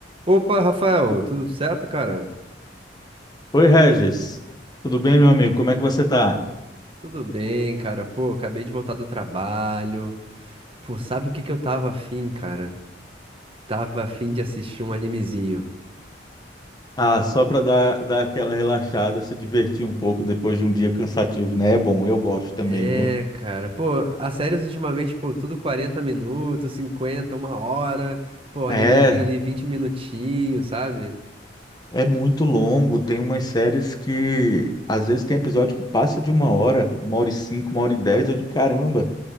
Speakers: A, on the right (about 30°); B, on the left (about 25°).
A: Opa, Rafael, tudo certo, cara?
B: Oi, Regis. Tudo bem, meu amigo? Como é que você tá?
A: Tudo bem, cara. Pô, acabei de voltar do trabalho. Pô, sabe o que que eu tava afim, cara? Tava afim de assistir um animezinho.
B: Ah, só para dar, dar aquela relaxada, se divertir um pouco depois de um dia cansativo, né? É bom, eu gosto também,
A: É,
B: viu?
A: cara. Pô, as séries ultimamente, pô, tudo 40 minutos, 50, uma hora. Pô, animezinho
B: É,
A: ali 20 minutinhos, sabe?
B: é muito longo. Tem umas séries que às vezes tem episódio que passa de uma hora, uma hora e cinco, uma hora e dez. Eu digo, caramba,